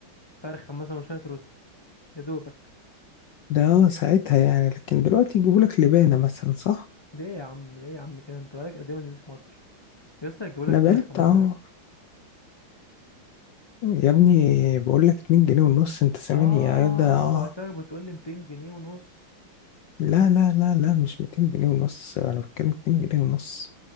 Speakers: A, on the left (about 30°); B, on the left (about 65°).
A: فرخة مثلا وشوية رز يا دوبك
B: ده ساعتها يعني لكن دلوقتي يجيبولك لبانة مثلا صح
A: ليه يا عم ليه يا عم كده انت بقالك قد ايه ما نزلتش مصر يا اسطى هتجيبولك
B: انا بقالي
A: فرخة
B: بتاع
A: مثلا
B: أهو. يا ابني بقول لك 2 جنيه ونص انت سامعني
A: اه
B: يا جدع
A: بس بتقول لي 200 جنيه ونص
B: لا لا لا لا مش 200 جنيه ونص انا بتكلم 2 جنيه ونص